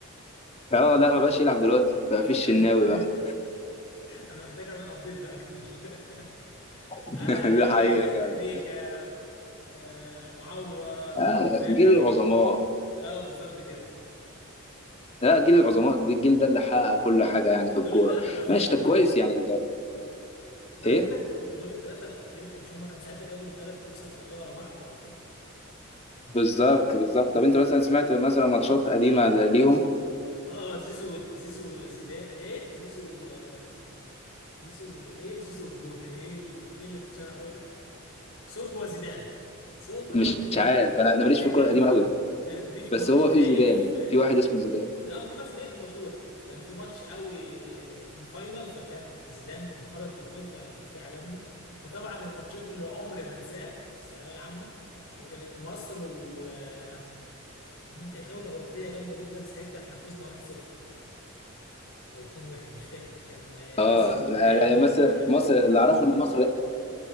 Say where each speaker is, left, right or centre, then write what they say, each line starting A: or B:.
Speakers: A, on the left; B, on the left.
A: اه لا ما بقاش يلعب دلوقتي بقى
B: طب
A: في الشناوي
B: يعني
A: بقى
B: <laughs> انا محتاج اعمل ابديت بقى كتير <laughs>
A: <laughs>
B: انا جيل
A: ده حقيقة
B: آه،
A: فعلا
B: تريكا آه، معوض
A: آه،
B: عمرو زكي
A: جيل العظماء
B: اه بالظبط كده
A: لا جيل العظماء الجيل ده اللي حقق كل حاجه يعني في
B: دول
A: الكوره
B: الثلاثه الافريقي
A: ماشي
B: يابا
A: طب كويس يعني انت
B: ما انا
A: ايه
B: بقول لك دول الثلاثه الافريقي مش هم كانوا ساعتها جابوا ثلاث كؤوس افريقيه ورا بعض على ما افتكر
A: بالظبط بالظبط طب انت مثلا سمعت مثلا ماتشات قديمه زي ليهم
B: اه زيزو زيزو زيدان ايه زيزو آه زيزو ايه وزيزو الجون كان ايه الفيلم اللي اتشهر قوي ده سونج وزيدان سونج
A: مش
B: وزيدان
A: عارف انا أنا ماليش
B: ايه
A: في الكوره
B: كان
A: القديمه
B: في
A: قوي
B: كان دي في
A: بس
B: ماتش
A: هو
B: نهائي
A: في زيدان
B: في آه،
A: في
B: ك-
A: واحد اسمه زيدان
B: اه محمد زيدان كان مشهور كان في ماتش قوي في الفاينل فكان زيدان انفرد بالجون فالإفيه عجبني وطبعا الماتشات اللي عمري ما انساها كنت في الثانويه العامه وكانت مصر و... آه، ومين كانت دوله اوروبيه جامده جدا ساعتها احنا فزنا 1-0 او 2-1 مش فاكر كان
A: اه
B: كاس العالم
A: لا- مصر
B: مش عارف
A: مصر
B: ايه كده
A: اللي اعرفه ان مصر